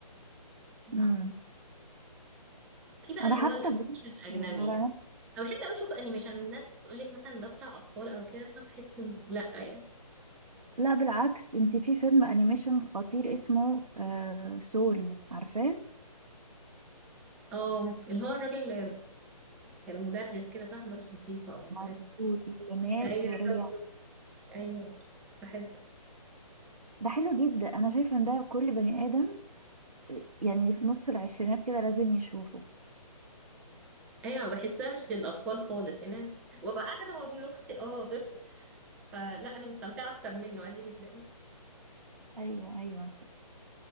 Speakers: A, in the centre; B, on the right.
A: لا
B: امم
A: في بقى
B: انا
A: اللي
B: حتى
A: هو الأنيميشن
B: بشوف
A: الأجنبي
B: على
A: يعني
B: نفسي
A: أنا بحب أوي أشوف أنيميشن الناس تقول لك مثلا ده بتاع أطفال أو كده بس أنا بحس إنه لأ يعني
B: لا بالعكس انت في فيلم انيميشن خطير اسمه آه سول عارفاه
A: اه اللي هو الراجل اللي كان مدرس كده صح مدرس موسيقى أو مدرس
B: مظبوط اللي مات
A: ايوه
B: ورجع
A: شفته ايوه بحب
B: ده حلو جدا انا شايفه ان ده كل بني ادم آه، يعني في نص العشرينات كده لازم يشوفه
A: ايوه بحسها مش للاطفال خالص يعني أنا- وابقى قاعده انا وابن اختي اه طفل فلا انا مستمتعه اكتر منه عادي جدا
B: ايوه ايوه